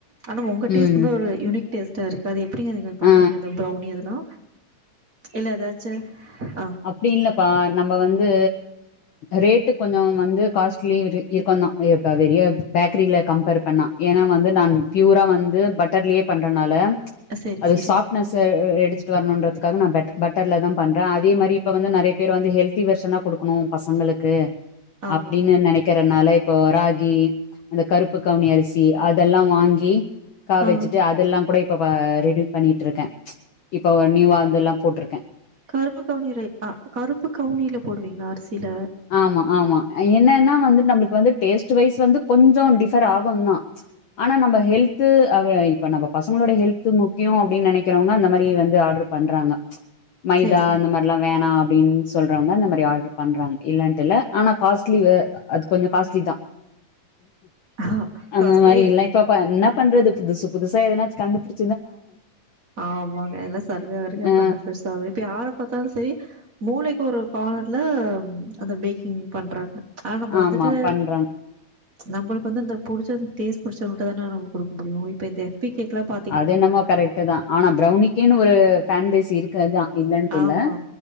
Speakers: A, on the right; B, on the left.
A: ஆனா உங்க
B: ம்
A: டேஸ்ட் வந்து ஒரு யூனிக் டேஸ்ட்டா இருக்கு அது எப்டிங்க நீங்க பண்றீங்க
B: ஆ
A: அத பிரௌனி அதெல்லா இல்ல ஏதாச்சு ஆ
B: அப்டியில்லப்பா நம்ம வந்து ரேட்டு கொஞ்சோ வந்து காஸ்ட்லி இருக்குந்தா வெளிய பேக்ரில கம்பேர் பண்ணா ஏனா வந்து நான் ப்யூரா வந்து பட்டர்லயே பண்றதுனால
A: சரி
B: அது
A: சரி
B: சாப்னஸ்ச எடுத்துட்டு வர்ணுன்றதுக்கு காக நா பெட் பட்டர்லதா பண்ற அதே மாரி இப்ப வந்து நெறைய பேர் வந்து ஹெல்த்தி வெர்ஷனா குடுக்கணு பசங்களுக்கு
A: ஆமா
B: அப்டின்னு நெனை க்கரனாலா இப்போ ராகி அந்த கருப்பு கவுனி அரிசி அதெல்லா வாங்கி கா
A: ஆ
B: வெச்சுட்டு அதெல்லா கூட இப்ப ரெடி பண்ணிட்டுருக்க இப்ப ஒரு நியூவா இதெல்லா போட்டிருக்கேன்
A: கருப்பு கவுனில ரை அ கருப்பு கவுனில போடுவீங்ளா அரிசில
B: ஆமா ஆமா என்னன்னா வந்து நம்மளுக்கு வந்து டேஸ்ட் வைஸ் வந்து கொஞ்சோ டிஃபர் ஆகுந்தா ஆனா நம்ம ஹெல்த்து அ வை இப்ப நம்ம பசங்ளோட ஹெல்த்து முக்கியோ அப்டின் நெனைக்கறவங்க அந்த மாரி வந்து ஆர்ட்ர் பண்றாங்க ப்ச் மைதா
A: சரி சரி
B: இந்த மாதிரில்லா வேணா அப்டின் சொல்றவங்க இந்த மாரி ஆர்டர் பண்றாங்க இல்லன்ட்டுல்ல ஆனா காஸ்ட்லி எ அது கொஞ்சோ காஸ்ட்லிதா
A: ஆ
B: அந்த
A: ஃபர்ஸ்ட்லயே
B: மாரி இல்லை பப்பா என்ன பண்றது புதுசு புதுசா எதனாச்சு கண்டுபுடி
A: ஆமாங்க எல்லா சர்வே வரைக்கு
B: ஆ
A: பண்டு பெருசாவே இப்ப யாரு பாத்தாலு செரி மூலைக்கு ஒரு கார்னர்ல அந்த பேக்கிங் பண்றாங்க ஆ நம்ம
B: ஆமா
A: வந்துட்டு
B: பண்றாங்க.
A: நம்மளுக்கு வந்து அந்த புடுச்ச டேஸ் புடுச்சவங்கள்ட்டதான நம்ம குடுக்க முடியு இப்ப இந்த எஃப் பி கேக்கெல்லா பா
B: அதென்னமோ கரெக்ட்டுதா ஆனா ப்ரௌனிக்கினு ஒரு ஃபேன்டேஸி இருக்கதா இல்லன்ட்டில்ல
A: ஆமா.